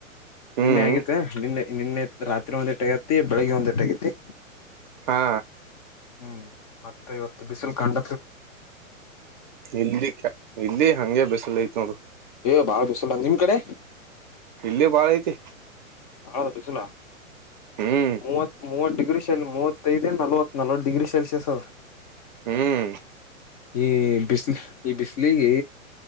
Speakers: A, on the right; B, on the left.
A: ಹ್ಮ್
B: ನಿನ್ನೆ ಆಗೇತ್ತ ನಿನ್ನೆ ನಿನ್ನೆ ರಾತ್ರಿ ಒಂದ್ ಇಟ್ ಆಗತಿ ಬೆಳಿಗ್ಗೆ ಒಂದ ಇಟು ಆಗೈತಿ
A: ಹಾ
B: ಹ್ಮ್ ಮತ್ತೆ ಇವತ್ತು ಬಿಸಿಲು ಕಂಡ
A: ಇಲ್ಲಿ ಇಲ್ಲಿ ಹಂಗೆ ಬಿಸಲೈತಿ ನೋಡು
B: ಏ ಬಾಳ್ ಬಿಸಿಲಾದ್ ನಿಮ್ ಕಡೆ.
A: ಇಲ್ಲಿ ಬಾಳ್ ಐತಿ.
B: ಆಳದ್ ಬಿಸಲ.
A: ಹ್ಮ್
B: ಮೂವತ್ ಮೂವತ್ ಡಿ ಡಿಗ್ರಿ ಶೆಲ್ ಮೂವತ್ತೈದೆ ನಲ್ವತ್ ನಲ್ವತ್ ಡಿಗ್ರಿ ಸೆಲ್ಸಿಯಸ್ ಅದ.
A: ಹ್ಮ್
B: ಈ ಬಿಸ್ಲು ಈ ಬಿಸ್ಲಿಗಿ.